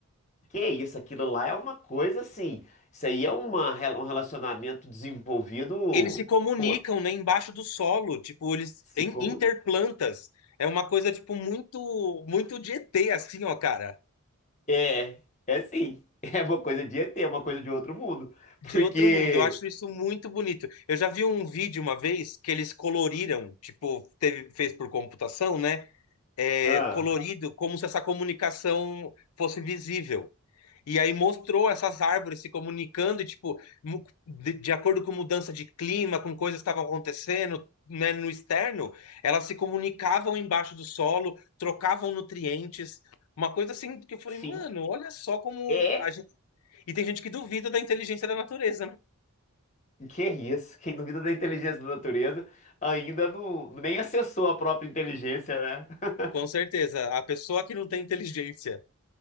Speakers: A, on the left (about 30°); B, on the left (about 70°).
A: Que isso, aquilo lá é uma coisa assim. Isso aí é uma, rela- um relacionamento desenvolvido
B: Eles se comunicam,
A: pô,
B: né, embaixo do solo, tipo, eles
A: Se
B: em
A: comunica.
B: interplantas. É uma coisa, tipo, muito, muito de ET, assim, ó, cara.
A: É, é sim. <laughs> É uma coisa de ET, é uma coisa de outro mundo.
B: De
A: Porque.
B: outro mundo. Eu acho isso muito bonito. Eu já vi um vídeo uma vez que eles coloriram, tipo, teve, fez por computação, né? É,
A: Ah,
B: colorido, como se essa comunicação fosse visível. E aí mostrou essas árvores se comunicando, e, tipo, mu- de, de acordo com mudança de clima, com coisas que estavam acontecendo, né, no externo, elas se comunicavam embaixo do solo, trocavam nutrientes, uma coisa assim que eu falei,
A: sim,
B: mano, olha só como
A: é.
B: a gente... E tem gente que duvida da inteligência da natureza, né?
A: Que é isso? Quem duvida da inteligência da natureza ainda não, nem acessou a própria inteligência, né? <laughs>
B: Com certeza, a pessoa que não tem inteligência.